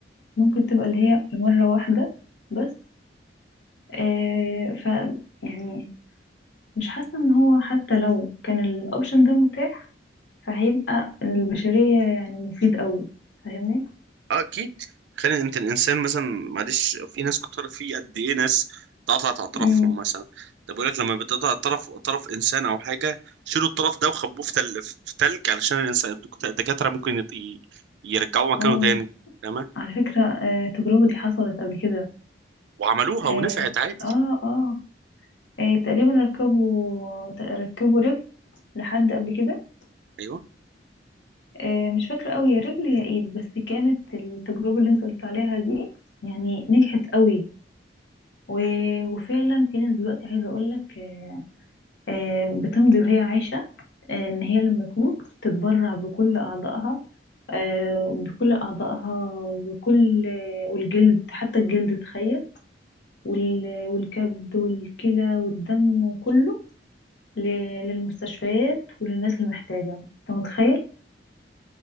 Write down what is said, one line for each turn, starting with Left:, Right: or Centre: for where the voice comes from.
Left: ممكن تبقى اللي هي لمرة واحدة بس آه ف يعني مش حاسة إن هو حتى لو كان الأوبشن ده متاح فهيبقى البشرية يعني مفيد قوي فاهمني؟
Right: اه اكيد تخيل انت الانسان مثلا معلش في ناس كتر في قد ايه ناس اتقطعت اطرافهم
Left: امم
Right: مثلا ده بيقول لك لما بتقطع طرف طرف انسان او حاجه شيلوا الطرف ده وخبوه في تل... في تلج علشان الانسان الدكت- الدكاتره ممكن يط... ي- يرجعوه مكانه
Left: اه
Right: تاني تمام
Left: على فكرة آه التجربة دي حصلت قبل كده
Right: وعملوها
Left: اه
Right: ونفعت عادي
Left: اه, آه, آه تقريبا ركبوا ركبوا رجل لحد قبل كده
Right: ايوه
Left: آه، مش فاكرة قوي يا رجل يا ايد بس كانت التجربة اللي انت قلت عليها دي يعني نجحت قوي و... وفعلا في ناس دلوقتي عايزة اقولك آه، آه، بتمضي وهي عايشة آه، ان هي لما تموت تتبرع بكل اعضائها آه، بكل اعضائها وكل آه، والجلد حتى الجلد تخيل وال... والكبد والكلى والدم وكله ل... للمستشفيات وللناس المحتاجة انت متخيل